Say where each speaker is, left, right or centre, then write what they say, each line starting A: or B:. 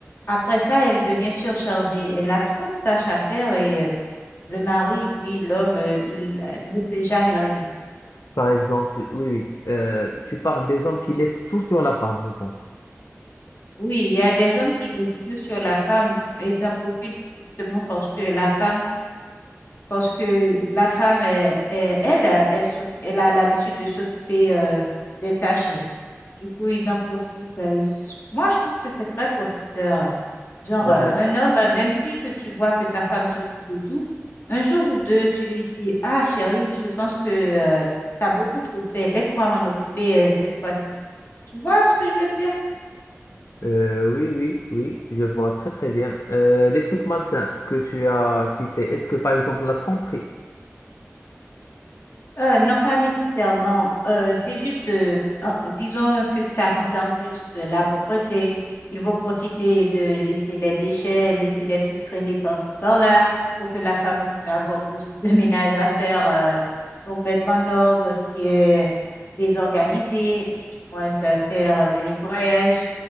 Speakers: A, on the left; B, on the left.
A: après ça, elle devient surchargée. Elle a trop de tâches à faire et euh, le mari, lui, l'homme, euh, il euh, ne fait jamais rien.
B: Par exemple, oui, oui, euh, tu parles des hommes qui laissent tout sur la femme, je pense.
A: Oui, il y a des hommes qui le tuent sur la femme et ils en profitent justement parce que la femme, parce que la femme, est- est- elle, elle, s'oc- elle a l'habitude de s'occuper euh, des tâches. Du coup, ils en profitent. euh, ils s- Moi, je trouve que c'est très profiteur. euh. Genre,
B: Euh,
A: euh, un homme, euh, même si que tu vois que ta femme s'occupe de tout, un jour ou deux, tu lui dis, Ah, chérie, je pense que tu as beaucoup trop fait. Laisse-moi m'en occuper euh, cette fois-ci. Tu vois ce que je veux dire?
B: Euh, oui, oui, oui, je vois très très bien. Euh, les trucs malsains que tu as cités, est-ce que par exemple la tromperie?
A: Euh, non, pas nécessairement. Euh, c'est juste, euh, euh, disons que ça concerne plus euh, la propreté. Ils vont profiter de laisser les déchets, laisser des trucs traîner par-ci, par-là, pour que la femme puisse avoir plus <laughs> de ménage à faire, euh, pour mettre en ordre ce qui est désorganisé, ou du moins ça, faire le nettoyage.